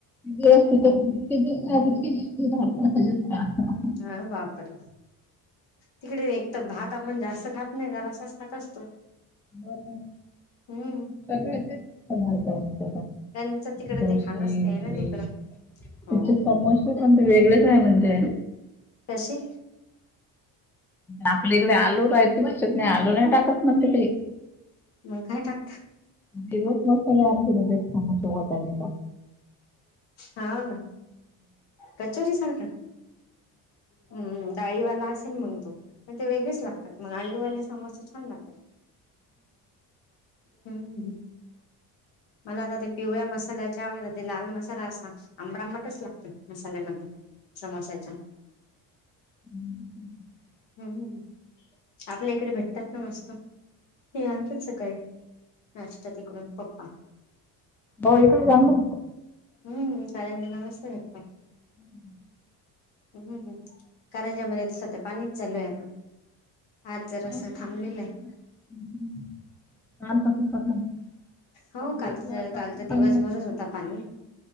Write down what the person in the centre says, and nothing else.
दिवस् तिथे जीतके दिवस राहता, तितके दिवस
ब
सगळे तेच छोटे,
डली
त्याचे
समो पण वेगळेच आहे म्हणतेय.
आपल्या इकडे आलू राहायचे बसत नाही आलू नाही टाकत म्हण तिथ ते
दिवस मला आण त ते समततानी
हम् <inaudible>
हो इकडे जाऊ ना
हम्म <inaudible>
पाऊस
इकडे
आहे. हम्म. हा तस पण होतं.
काल दिवसभरापासून
पाणी
असताना